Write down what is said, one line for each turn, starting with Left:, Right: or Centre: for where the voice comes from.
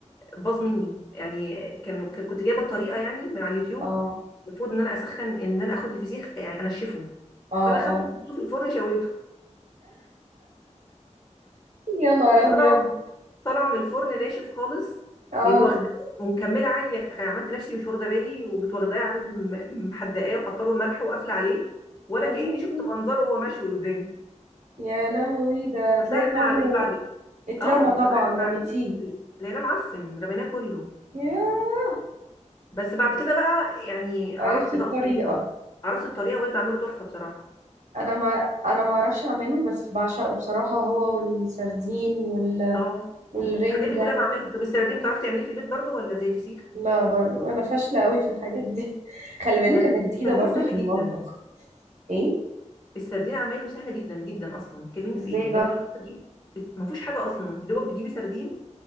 Left: باظ مني يعني كان كان- كنت جايبه الطريقه يعني من على اليوتيوب
Right: اه
Left: المفروض ان انا اسخن ان انا اخد الفسيخ يعني انشفه
Right: اه
Left: فانا خدته
Right: اه
Left: وحطيته في الفرن شويته
Right: يا نهار
Left: فطلع
Right: ابيض
Left: طالعه من الفرن ناشف خالص
Right: اه
Left: جيت واخداه ومكمله عادي خ- عملت نفسي مش واخده بالي وجيت واخداه عادي م- محدقاه وحاطه له ملح وقافله عليه ولا
Right: يا
Left: كاني
Right: لهوي
Left: شفت منظره وهو مشوي قدامي
Right: يا لهوي ده هتلاقي
Left: فتحنا
Right: طعمه
Left: عليه بعد
Right: اترمى
Left: اه
Right: طبعا
Left: فتحنا
Right: رميتيه
Left: عليه ل- لقيناه معفن رميناه كله
Right: ياه
Left: بس بعد كده بقى يعني عرفت
Right: عرفتي
Left: بقى
Right: الطريقة
Left: الطريقه عرفت الطريقه وبقيت بعمله تحفه بصراحه
Right: انا ما انا ما اعرفش اعمله بس بعشقه بصراحة هو والسردين وال...
Left: اه
Right: والرنجة
Left: الحاجات دي كلها بعملها طب السردين بتعرفي تعمليه في البيت برضو ولا زي الفسيخ
Right: لا برضو انا فاشلة قوي في الحاجات دي <laughs> خلي بالك
Left: ده السردين
Right: انا جديدة برضو
Left: سهل
Right: في المطبخ
Left: جدا
Right: ايه
Left: السردين عمايله سهله جدا جدا اصلا بتتكلمي
Right: ازاي
Left: في ايه
Right: بقى
Left: ده انت دوبك بتجيبي ما فيهوش حاجه اصلا انت دوبك بتجيبي سردين